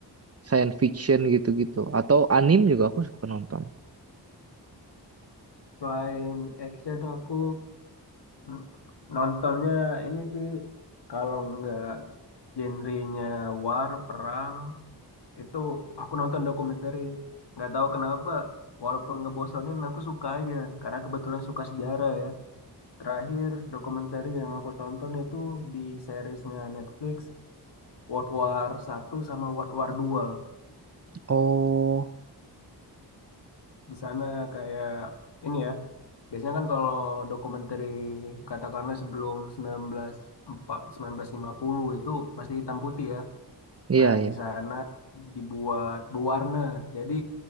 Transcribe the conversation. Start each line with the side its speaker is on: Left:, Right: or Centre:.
Right: science fiction gitu-gitu atau anim juga aku suka nonton.
Left: selain action aku n- nontonnya ini sih kalau nggak genrenya war perang itu aku nonton dokumenter nggak tahu kenapa walaupun ngebosonin aku suka aja karena kebetulan suka sejarah ya terakhir dokumenter yang aku tonton itu di seriesnya Netflix World War satu sama World War 2.
Right: Oh,
Left: di sana kayak ini ya Biasanya kan kalau dokumenter katakanlah sebelum 1940, 1950 itu masih hitam putih ya.
Right: Iya
Left: Nah,
Right: iya.
Left: di sana dibuat berwarna. Jadi